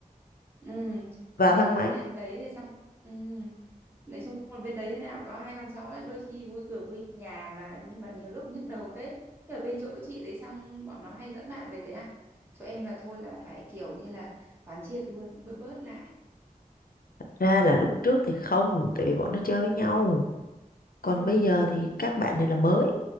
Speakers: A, on the right; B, on the left.
A: ừ
B: vào
A: công nhận
B: thang
A: là
B: máy
A: bên đấy thì xong ừ. nói chung là bên đấy thế nào có hai con chó thì đôi khi vui cửa vui nhà mà nhưng mà nhiều lúc nhức đầu phết nhưng ở bên chỗ chị đấy xong bọn nó hay dẫn bạn về thế à chỗ em là thôi là phải kiểu như là quán triệt luôn bớt bớt lại
B: ra là lúc trước thì không tại vì bọn nó chơi với nhau còn
A: ừ
B: bây giờ thì các bạn này là mới